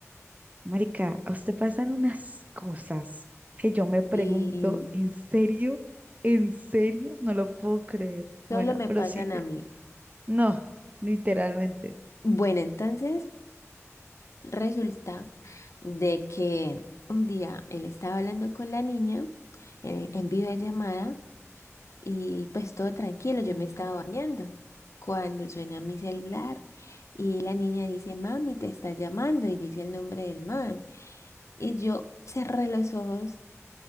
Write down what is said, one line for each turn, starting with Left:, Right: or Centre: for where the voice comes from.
Right: Marica, a usted pasan unas cosas que yo me pregunto,
Left: y
Right: ¿en serio? ¿En serio? No lo puedo creer.
Left: solo
Right: Bueno,
Left: me
Right: prosigue.
Left: pasan a mí.
Right: No, literalmente.
Left: Bueno, entonces resulta de que un día él estaba hablando con la niña eh, en videollamada Y pues todo tranquilo, yo
Right: Ujú.
Left: me estaba bañando cuando suena mi celular y la niña dice, mami, te está llamando y dice el nombre del man. Y yo cerré los ojos